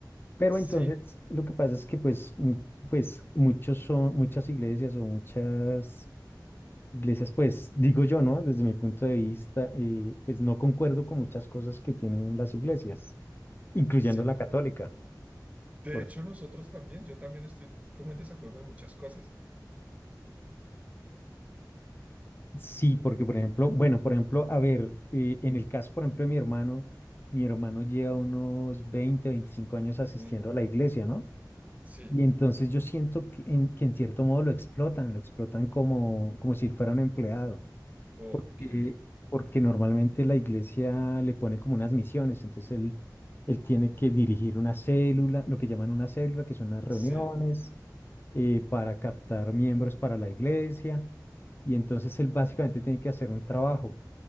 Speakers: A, on the left; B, on the right.
A: Pero
B: Sí,
A: entonces lo que pasa es que pues, mu- pues muchos son, muchas iglesias o muchas iglesias, pues digo yo, ¿no? Desde mi punto de vista, eh, pues no concuerdo con muchas cosas que tienen las iglesias, incluyendo
B: sí.
A: la católica.
B: De
A: Por-
B: hecho, nosotros también, yo también estoy como en desacuerdo en muchas cosas.
A: sí, porque
B: Eh,
A: por ejemplo, bueno, por ejemplo, a ver, eh, en el caso, por ejemplo, de mi hermano, mi hermano lleva unos 20 25 años asistiendo
B: ujú.
A: a la iglesia, ¿no?
B: Sí.
A: Y entonces yo siento que en, que en cierto modo lo explotan, lo explotan como, como si él fuera un empleado.
B: Ok,
A: eh, porque normalmente la iglesia le pone como unas misiones, entonces él, él tiene que dirigir una célula, lo que llaman una célula, que son las reuniones
B: sí,
A: eh, para captar miembros para la iglesia, y entonces él básicamente tiene que hacer un trabajo,